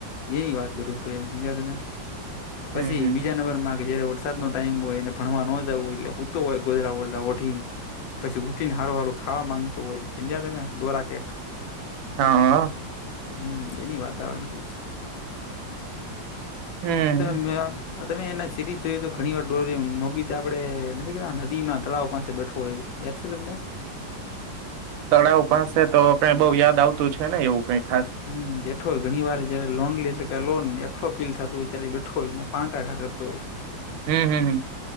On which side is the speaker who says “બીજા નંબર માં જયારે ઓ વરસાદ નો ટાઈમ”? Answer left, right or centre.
Left